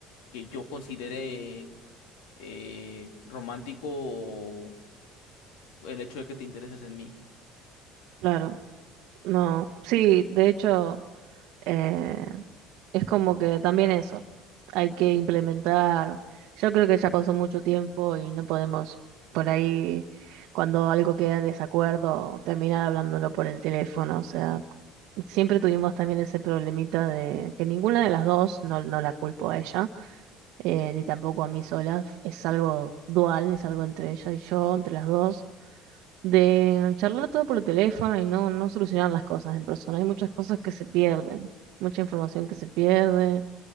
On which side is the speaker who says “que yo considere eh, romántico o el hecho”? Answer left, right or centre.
Left